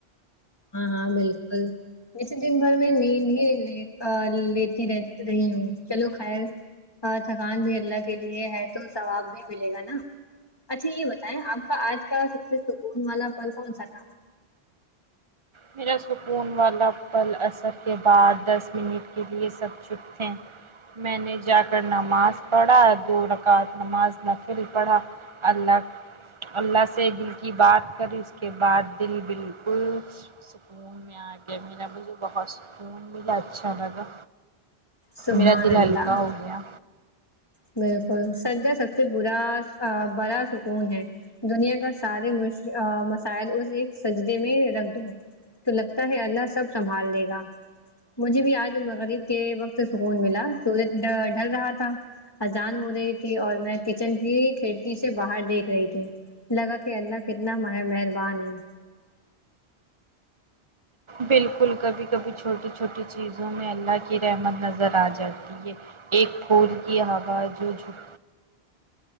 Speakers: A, on the left; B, on the right.
A: ہاں ہاں بالکل ویسے دن بھر میں نیند ہی ل ا لیتی رہ رہی ہوں چلو خیر ہاں تھکان بھی اللہ کے لیے ہے تو ثواب بھی ملے گا نا اچھا یہ بتائیں آپ کا آج کا سب سے سکون والا پل کون سا تھا
B: میرا سکون والا پل اثر کے بعد دس منٹ کے لیے سب چپ تھے میں نے جا کر نماز پڑھا دو رکعت نماز نفل پڑھا اللہ اللہ سے دل کی بات کری اس کے بعد دل بالکل سکون میں آ گیا میرا بھی مجھے بہت سکون ملا اچھا لگا
A: سبحان
B: میرا دل
A: اللہ
B: ہلکا ہو گیا
A: بالکل سجدہ سب سے برا بڑا سکون ہے دنیا کا سارے مس مسائل اس ایک سجدے میں رکھ دو تو لگتا ہے اللہ سب سنبھال لے گا مجھے بھی آج مغرب کے وقت سکون ملا سورج ڈا ڈھل رہا تھا اذان ہو رہی تھی اور میں کچن کی کھڑکی سے باہر دیکھ رہی تھی لگا کہ اللہ کتنا م مہربان ہے
B: بالکل کبھی کبھی چھوٹی چھوٹی چیزوں میں اللہ کی رحمت نظر آ جاتی ہے ایک پھول کی ہوا جو جھک